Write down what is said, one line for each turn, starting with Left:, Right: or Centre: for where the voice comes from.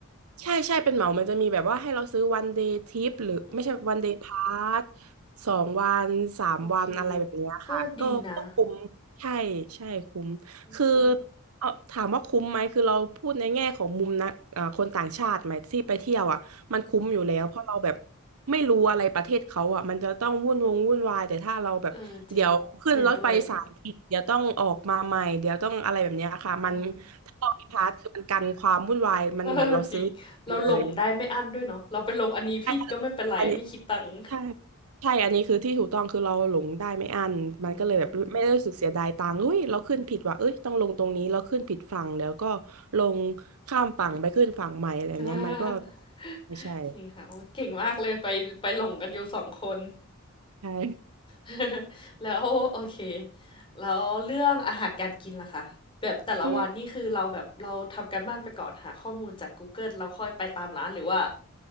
Right: ใช่ใช่เป็นเหมามันจะมีแบบว่าให้เราซื้อวันเดย์ทริปหรือไม่ใช่วันเดย์พาส
Left: อืม
Right: สองวันสามวันอะไรแบบเนี้ยค่ะก็ก็คุ้มใช่ใช่คุ้มคือ
Left: โอเคก็ดีนะคุ้ม
Right: เออถามว่าคุ้มไหมคือเราพูดในแง่ของมุมนะอ่าคนต่างชาติไหมที่ไปเที่ยวอ่ะมันคุ้มอยู่แล้วเพราะเราแบบไม่รู้อะไรประเทศเขาอ่ะมันจะต้องวุ่นวงวุ่นวายแต่ถ้าเราแบบเดี๋ยวขึ้นรถไฟสายผิดเดี๋ยวต้องออกมาใหม่เดี๋ยวต้องอะไรแบบเนี้ยค่ะมัน
Left: เออจริงเห็นด้วย อา
Right: ถ้าเรามีพาสคือมันกันความวุ่นวายมันเหมือนเราซื้อ
Left: <laughs> จริงเราหลงได้ไม่อั้นด้วยเนาะเราไปลงอันนี้ผิดก็ไม่เป็นไรไม่คิดตังค์
Right: เลยใช่อันนี้ใช่ใช่อันนี้คือที่ถูกต้องคือเราหลงได้ไม่อั้นมันก็เลยแบบไม่ได้รู้สึกเสียดายตังค์เฮ้ยเราขึ้นผิดว่ะเอ้ยต้องลงตรงนี้เราขึ้นผิดฝั่งแล้วก็
Left: อืม
Right: ลงข้ามฝั่งไปขึ้นฝั่งใหม่อะไรแบบเนี้ยมันก็
Left: <laughs>
Right: ไม่ใช่
Left: จริงค่ะโอ้เก่งมากเลยไปไปหลงกันอยู่สองคน
Right: ใช่
Left: <laughs> แล้วโอเคแล้วเรื่องอาหารการกินล่ะคะแบบแต่ละวันนี่คือเราแบบเราทำการบ้านไปก่อนหาข้อมูลจากกูเกิลเราค่อยไปตามร้านหรือว่า
Right: <laughs> อืม